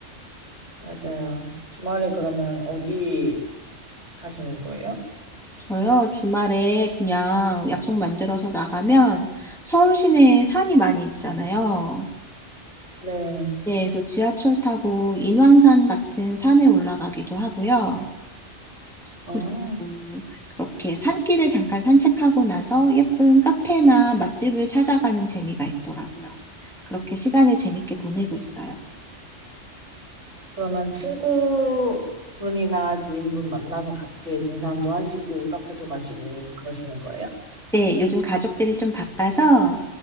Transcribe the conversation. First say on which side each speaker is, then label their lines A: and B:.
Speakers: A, on the right (about 70°); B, in the centre.
A: 맞아요. 주말에 그러면 어디 가시는 거예요?
B: 저요, 주말에 그냥 약속 만들어서 나가면 서울 시내에 산이 많이 있잖아요.
A: 네.
B: 네, 그래서 지하철 타고 인왕산 같은 산에 올라가기도 하고요.
A: 어,
B: 그리고 그렇게 산길을 잠깐 산책하고 나서 예쁜 카페나 맛집을 찾아가는 재미가 있더라고요. 그렇게 시간을 재밌게 보내고 있어요.
A: 그러면 친구분이나 지인분 만나서 같이 등산도 하시고 카페도 가시고 그러시는 거예요?
B: 네, 요즘 가족들이 좀 바빠서